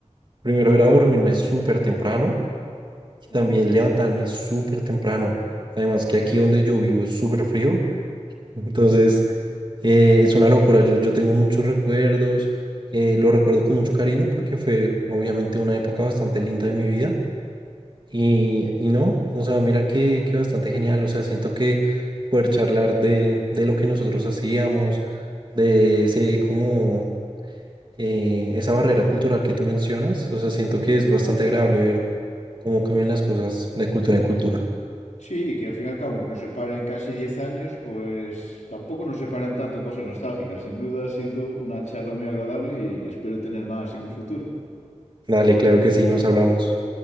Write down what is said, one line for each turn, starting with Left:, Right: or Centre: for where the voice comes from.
Right: Primero era dormirme súper temprano y
Left: Ujú.
Right: también levantarme súper temprano. Además que aquí donde yo vivo es súper frío, entonces eh, es una locura. Yo, yo tengo muchos recuerdos, eh, lo recuerdo con mucho cariño porque fue obviamente una época bastante linda de mi vida y, y no, o sea, mira que, que bastante genial. O sea, siento que poder charlar de, de lo que nosotros hacíamos, de ese como eh, esa barrera cultural que tú mencionas, o sea, siento que es bastante agradable ver cómo cambian las cosas de cultura en cultura.
Left: Sí, y que al fin y al cabo, aunque nos separen casi 10 años, pues tampoco nos separan tanto en cosas nostálgicas. Sin duda ha sido una charla muy agradable y espero tener más en un futuro.
Right: Dale, claro que sí, nos hablamos.